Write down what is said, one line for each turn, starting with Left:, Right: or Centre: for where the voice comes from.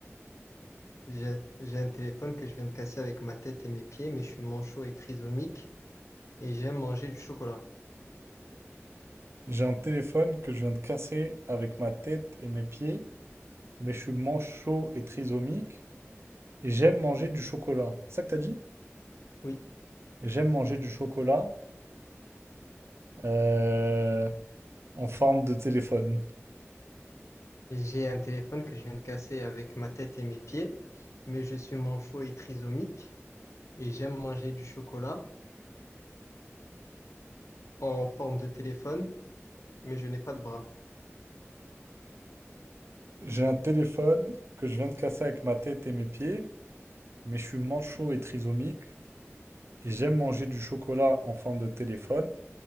Left: J'ai j'ai un téléphone que je viens de casser avec ma tête et mes pieds, mais je suis manchot et trisomique et j'aime manger du chocolat.
Right: J'ai un téléphone que je viens de casser avec ma tête et mes pieds, mais je suis manchot et trisomique, et j'aime manger du chocolat. C'est ça que t'as dit?
Left: Oui.
Right: J'aime manger du chocolat euh, en forme de téléphone.
Left: J'ai un téléphone que je viens de casser avec ma tête et mes pieds, mais je suis manchot et trisomique et j'aime manger du chocolat en forme de téléphone, mais je n'ai pas de bras.
Right: J'ai un téléphone que je viens de casser avec ma tête et mes pieds, mais je suis manchot et trisomique, et j'aime manger du chocolat en forme de téléphone,